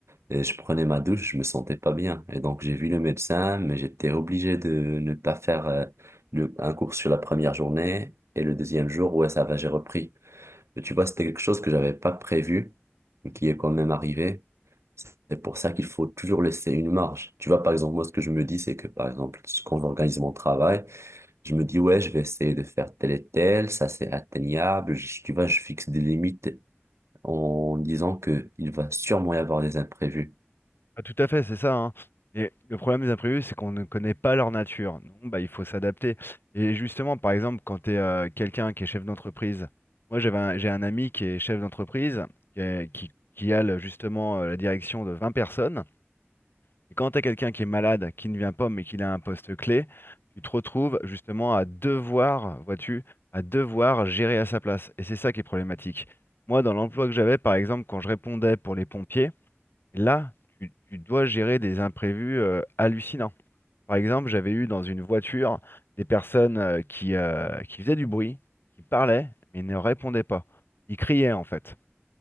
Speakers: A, on the right (about 85°); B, on the left (about 55°).
A: Et je prenais ma douche, je me sentais pas bien. Et donc, j'ai vu le médecin, mais j'étais obligé de ne pas faire euh, le, un cours sur la première journée. Et le deuxième jour, ouais, ça va, j'ai repris. Et tu vois, c'était quelque chose que j'avais pas prévu, mais qui est quand même arrivé. C'est pour ça qu'il faut toujours laisser une marge. Tu vois, par exemple, moi, ce que je me dis, c'est que, par exemple, quand j'organise mon travail, je me dis, ouais, je vais essayer de faire tel et tel, ça c'est atteignable. Je- tu vois, je fixe des limites en disant que il va sûrement y avoir des imprévus.
B: Ah, tout à fait, c'est ça, hein. Et le problème des imprévus, c'est qu'on ne connaît pas leur nature. Donc, bah, il faut s'adapter. Et justement, par exemple, quand tu es quelqu'un qui est chef d'entreprise, moi j'avais un- j'ai un ami qui est chef d'entreprise, qui, est- qui, qui a le- justement euh, la direction de 20 personnes. Et quand tu as quelqu'un qui est malade, qui ne vient pas, mais qu'il a un poste clé, tu te retrouves justement à devoir, vois-tu, à devoir gérer à sa place. Et c'est ça qui est problématique. Moi, dans l'emploi que j'avais, par exemple, quand je répondais pour les pompiers, là, tu, tu dois gérer des imprévus euh, hallucinants. Par exemple, j'avais eu dans une voiture des personnes euh, qui, euh, qui faisaient du bruit, qui parlaient, mais ne répondaient pas. Ils criaient, en fait